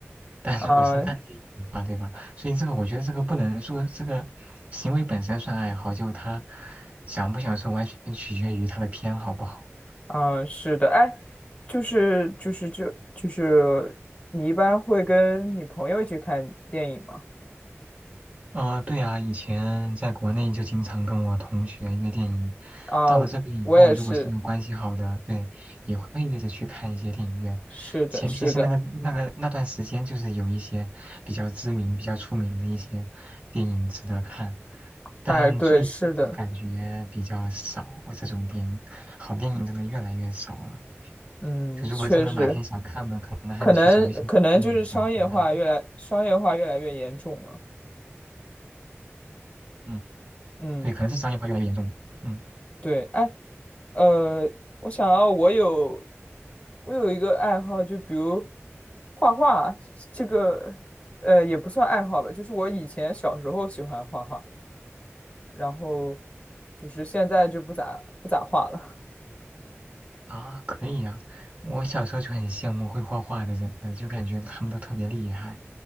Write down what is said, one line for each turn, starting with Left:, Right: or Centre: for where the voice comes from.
Right: 但如果是烂电影的话，
Left: 啊
Right: 对吧？所以这个我觉得这个不能说这个行为本身算爱好，就他享不享受完全取决于他的偏好不好。
Left: 啊，是的，哎，就是就是就就是你一般会跟你朋友一起看电影吗？
Right: 呃，对啊，以前在国内就经常跟我同学约电影，
Left: 啊，
Right: 到了这边以后，
Left: 我也是，
Right: 如果是有关系好的，对，也会约着去看一些电影院，
Left: 是的，
Right: 前提是那个那个那段时间就是有一些比较知名、
Left: 是的。
Right: 比较出名的一些电影值得看，但最近就感觉比较少，
Left: 哎，对，是的，
Right: 这种电影，好电影真的越来越少了。
Left: 嗯，
Right: 就如果真的哪天想看呢，
Left: 确实，
Right: 可能还得去找一些电影来去看。
Left: 可能可能就是商业化越来商业化越来越严重了。
Right: 嗯，
Left: 嗯，
Right: 对，可能是商业化越来越严重。嗯。
Left: 对，哎，呃，我想要我有我有一个爱好，就比如画画，这个呃也不算爱好吧，就是我以前小时候喜欢画画，然后就是现在就不咋不咋画了。
Right: 啊，可以啊！我小时候就很羡慕会画画的人的，就感觉他们都特别厉害。